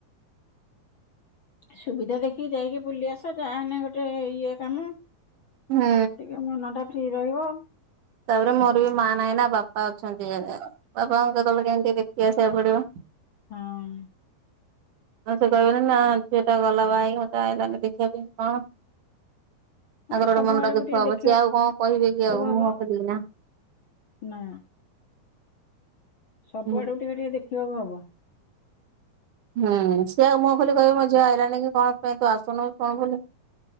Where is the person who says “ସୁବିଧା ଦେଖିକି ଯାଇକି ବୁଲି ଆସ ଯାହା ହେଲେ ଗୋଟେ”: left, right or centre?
Left